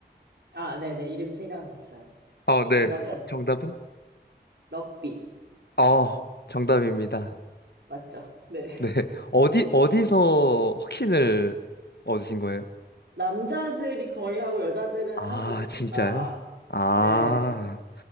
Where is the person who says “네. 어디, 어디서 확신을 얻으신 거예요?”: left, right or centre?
Left